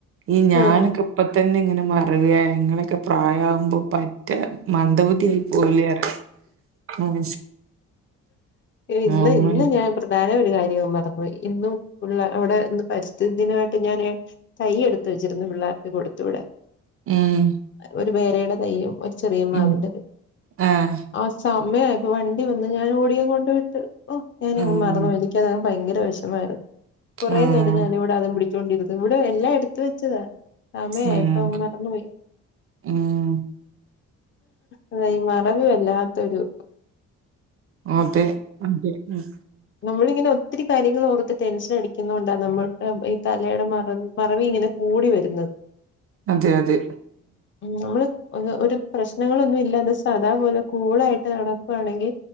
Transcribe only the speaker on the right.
ഈ ഞാനൊക്കിപ്പൊത്തന്നിങ്ങനെ
മറവിയായ നിങ്ങളൊക്കെ പ്രായാവുമ്പൊ പറ്റ മന്ദബുദ്ധി ആയി പോവില്ലെ പറയും
നോർമൽ
ഉം
ഉം
ആഹ്
ഉം
ആഹ്
ഉം
ഉം
അതെ <unintelligible>
അതെയതെ